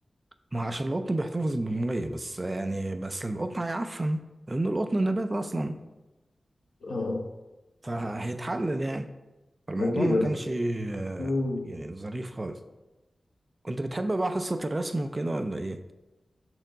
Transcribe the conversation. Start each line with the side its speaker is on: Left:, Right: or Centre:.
Right: ما هو عشان القطن بيحتفظ بالمية بس يعني بس القطن هيعفن لأن القطن نبات أصلا
Left: اه
Right: فهيتحلل يعني فالموضوع
Left: اكيد
Right: ما
Left: اه
Right: كانش آه،
Left: مم.
Right: يعني ظريف خالص كنت بتحب بقى حصة الرسم وكده ولا ايه؟